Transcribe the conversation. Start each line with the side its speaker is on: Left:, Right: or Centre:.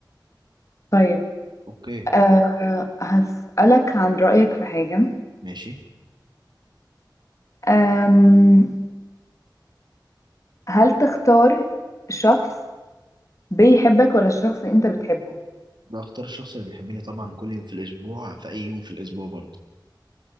Left: طيب
Right: اوكي
Left: أه هسألك عن رأيك في حاجة
Right: ماشي
Left: أم هل تختار شخص بيحبك ولا شخص انت بتحبه
Right: ده اختار الشخص اللي بيحبني طبعا كل يوم في الاسبوع في اي يوم في الاسبوع برضه